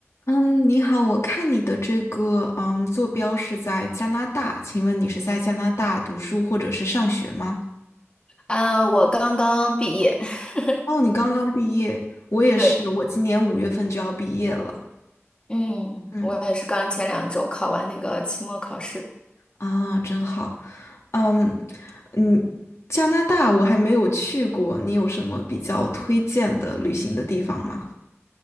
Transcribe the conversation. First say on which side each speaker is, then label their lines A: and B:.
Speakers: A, on the left; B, on the left.
A: 嗯，你好，我看你的这个嗯坐标是在加拿大，请问你是在加拿大读书或者是上学吗？
B: 嗯，我刚刚毕业，<laughs>
A: 哦，你刚刚毕业，我也是，
B: 对，
A: 我今年五月份就要毕业了。
B: 嗯，
A: 嗯，
B: 我也是刚前两周考完那个期末考试。
A: 啊，真好。嗯嗯，加拿大我还没有去过，你有什么比较推荐的旅行的地方吗？